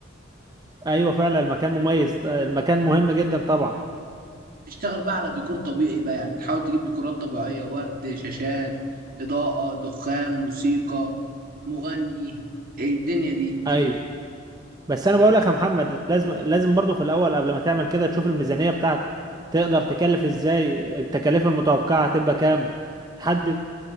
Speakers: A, on the right (about 20°); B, on the right (about 45°).
A: ايوه فعلا المكان مميز المكان مهم جدا طبعا
B: تشتغل بقى على ديكور طبيعي بقى يعني تحاول تجيب ديكورات طبيعيه ورد شاشات اضاءه دخان موسيقى مغني إيه الدنيا دي
A: ايوه بس انا بقول لك يا محمد لازم لازم برضو في الاول قبل ما تعمل كده تشوف الميزانيه بتاعتك تقدر تكلف ازاي التكاليف المتوقعه هتبقى كام تحدد